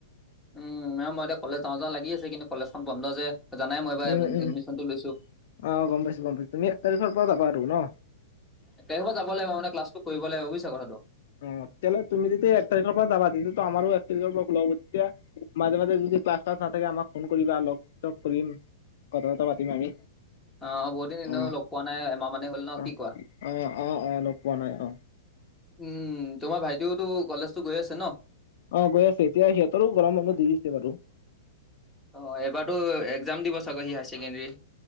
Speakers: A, in the centre; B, on the left.
A: উম মই এতিয়া কলেজ যাওঁ - যাওঁ লাগি আছে কিন্তু কলেজখন বন্ধ যে। জানাই মই এইবাৰ
B: উম উম উম,
A: এডমিশ্যনটো লৈছো।
B: অ গম পাইছো গম পাইছো তুমি এক তাৰিখৰ পৰা যাবা আৰু ন?
A: এক তাৰিখৰ পৰা যাব লাগিব মানে ক্লাছটো কৰিব লাগিব বুজিছা কথাটো।
B: অ তেতিয়াহলে তুমি যেতিয়া এক তাৰিখৰ পৰা যাবা তেতিয়াটো আমাৰো এক তাৰিখৰ পৰা খোলা হব তেতিয়া মাজে- মাজে যদি ক্লাছ- শ্লাছ নাথাকে আমাক ফোন কৰিবা লগ - চগ কৰিম। কথা - চথা পাতিম আমি।
A: আহ বহুত দিন এনেও
B: অ
A: লগ পোৱা নাই এমাহ মানে হ'ল ন
B: অ
A: কি কোৱা?
B: অ অ অ লগ পোৱা নাই অ
A: উম তোমাৰ ভাইটিওতো কলেজতো গৈ আছে ন?
B: অ গৈ আছে এতিয়া সিহঁতৰ গৰম বন্ধ দিছে বাৰু।
A: অ এইবাৰতো এক্সাম দিব চাগৈ সি হায়াৰ ছেকেণ্ডেৰী?